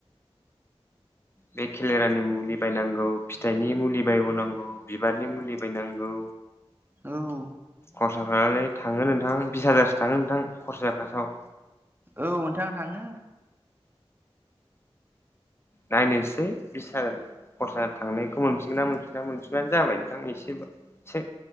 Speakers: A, on the left; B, on the right.
A: बे खेलेरानि मुलि बायनांगौ फिथाइनि मुलि बायबावनांगौ बिबारनि मुलि बायनांगौ।
B: औ।
A: खरसाफ्रालाय थाङो नोंथां बिस हाजारसो थाङो नोंथां खरसाया फास्टआव।
B: औ नोंथां थाङो।
A: नायनोसै बिस हाजार खरसा थांनायखौ मोनफिनगोनना मोनफिनना मोनफिनबानो जाबाय नोंथां एसे एसे